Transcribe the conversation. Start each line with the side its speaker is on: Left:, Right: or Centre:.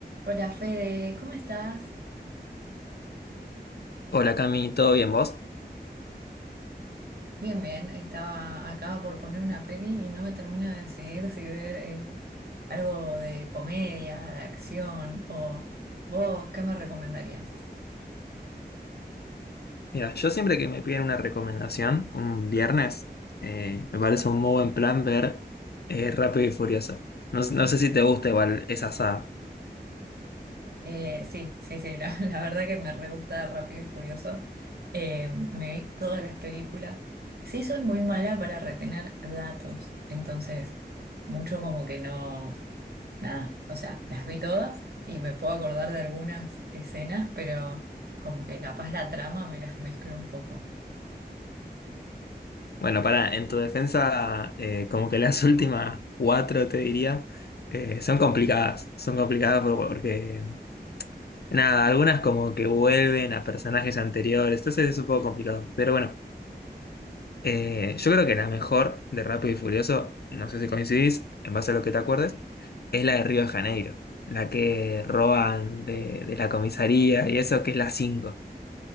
Right: Hola Fede, ¿cómo estás?
Left: Hola Cami, ¿todo bien vos?
Right: Bien, bien. Estaba acá por poner una peli y no me termino de decidir si ver eh, algo de comedia, de acción o vos, ¿qué me recomendarías?
Left: Mira, yo siempre que me piden una recomendación, un viernes, eh, me parece un muy buen plan ver eh, Rápido y Furioso. No, no sé si te gusta igual esa saga.
Right: Eh, sí, sí, sí, la, <laughs> la verdad que me re gusta Rápido y Furioso. Eh, me vi todas las películas. Sí, soy muy mala para retener datos, entonces mucho como que no. nada, o sea, las vi todas y me puedo acordar de algunas escenas, pero como que capaz la trama me las mezclo un poco.
Left: Bueno, para en tu defensa, eh, como que las <laughs> últimas cuatro, te diría, eh, son complicadas. Son complicadas por- porque, nada, algunas como que vuelven a personajes anteriores, entonces es un poco complicado. Pero bueno, Eh, yo creo que la mejor de Rápido y Furioso, no sé si coincidís, en base a lo que te acuerdes, es la de Río de Janeiro, la que roban de, de la comisaría y eso que es la cinco